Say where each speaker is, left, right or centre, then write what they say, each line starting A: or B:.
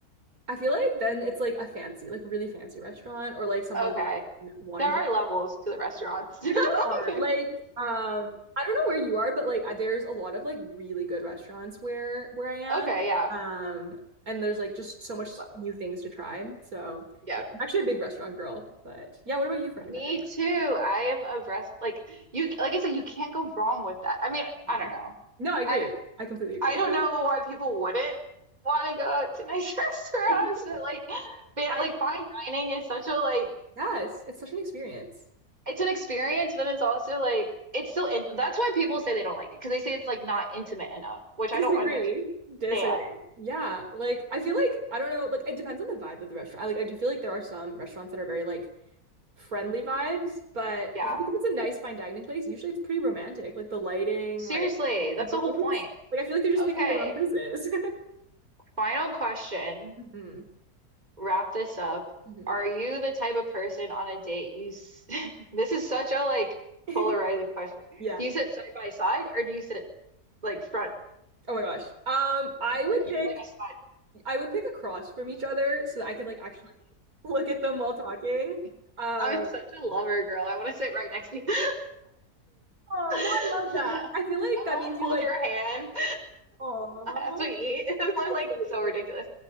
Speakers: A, on the right (about 65°); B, on the right (about 25°).
A: I feel like then it's like a fancy, like a really fancy restaurant or like somewhere
B: okay
A: wanting
B: there are
A: to.
B: levels to the restaurants
A: There definitely
B: <laughs>
A: are. Like, um, I don't know where you are, but like I- there's a lot of like really good restaurants where where I am.
B: okay yeah
A: Um, and there's like just so much
B: levels
A: new things to try. So
B: yeah
A: yeah, I'm actually a big restaurant girl. But yeah, what about you for an
B: Me
A: event?
B: too. I am a rest like you like I said, you can't go wrong with that. I mean,
A: No.
B: I don't know.
A: No, I agree.
B: I
A: I completely agree.
B: I don't know why people wouldn't want to go out to nice <laughs> restaurants,
A: <laughs>
B: but like but
A: I
B: like fine dining is such a like
A: Yes, it's such an experience.
B: it's an experience, but it's also like it's still in that's why people say they don't like it because they say it's like not intimate enough, which
A: Disagree.
B: I don't understand.
A: Disagree. Yeah, like I feel like I don't know, like it depends on the vibe of the restaurant. I, like I do feel like there are some restaurants that are very like friendly vibes, but
B: Yeah.
A: I feel like if it's a nice fine dining place, usually it's pretty romantic. Like the lighting,
B: Seriously,
A: like
B: that's
A: the booths.
B: the whole point.
A: Like I feel like they're just picking
B: Okay.
A: the wrong places.
B: Final question.
A: <laughs> hmm
B: wrap this up.
A: hmm
B: Are you the type of person on a date you s- <laughs> this is such a like
A: <laughs>
B: polarizing question.
A: Yeah.
B: Do you sit side by side or do you sit like front
A: Oh my gosh. Um, I would
B: like you
A: pick
B: know like a side?
A: I would pick across from each other so that I could like actually <laughs> look at them while talking.
B: <laughs>
A: Um,
B: I'm such
A: <laughs>
B: a lover girl. I want to sit right next to you. <laughs>
A: oh
B: I
A: no, I love that. I feel like
B: want
A: that means
B: to
A: you
B: hold
A: like,
B: your hand <laughs>
A: oh,
B: as we eat. <laughs> I'm
A: that's
B: like
A: so
B: so
A: cute.
B: ridiculous.